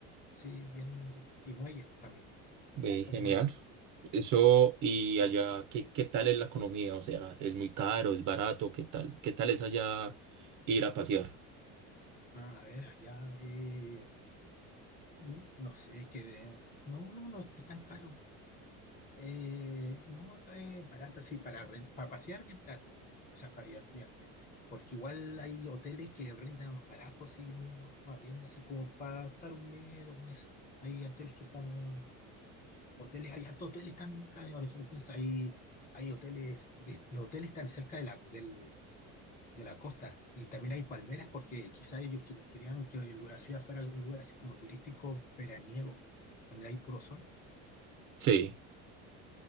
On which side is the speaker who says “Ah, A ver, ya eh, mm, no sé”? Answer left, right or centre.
Left